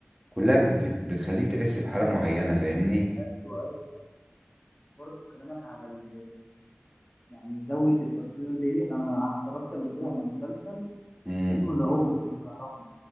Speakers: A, on the right (about 15°); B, on the left (about 30°).
A: كلها بت- بتخليك تحس بحالة معينة فاهمني
B: ايوه ايوه برضه كلامك على ال يعني زاويه التصوير ديت انا اتفرجت قبل كده على مسلسل
A: امم
B: اسمه ذا اوفيس لو تعرفه